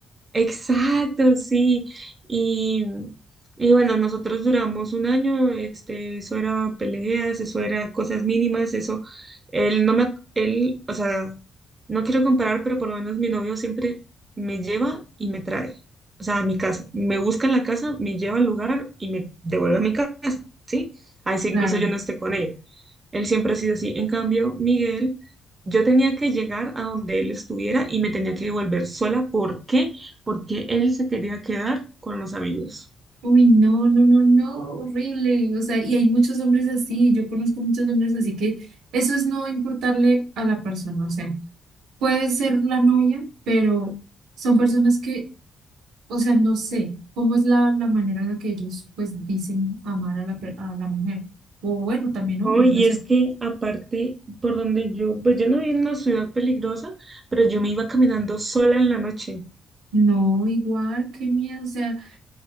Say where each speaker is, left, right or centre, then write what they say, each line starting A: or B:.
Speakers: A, on the right; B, on the right.
A: Exacto, sí. Y, y bueno, nosotros duramos un año, este, eso era peleas, eso era cosas mínimas, eso, él no me, ac- él, o sea, no quiero comparar, pero por lo menos mi novio siempre me lleva y me trae, o sea, a mi casa, me busca en la casa, me lleva al lugar y me devuelve a mi casa, ¿sí? A veces
B: Claro.
A: incluso yo no esté con él. Él siempre ha sido así. En cambio, Miguel, yo tenía que llegar a donde él estuviera y me tenía que devolver sola. ¿Por qué? Porque él se quería quedar con los amigos.
B: Uy, no, no, no, no, horrible. O sea, y hay muchos hombres así. Yo conozco muchos hombres así que eso es no importarle a la persona. O sea, puede ser la novia, pero son personas que, o sea, no sé cómo es la, la manera en la que ellos pues dicen amar a la, per- a la mujer. O bueno, también
A: Oh,
B: hombres,
A: y
B: no sé.
A: es que aparte, por donde yo, pues yo no vivía en una ciudad peligrosa, pero yo me iba caminando sola en la noche.
B: No, igual, qué miedo, o sea,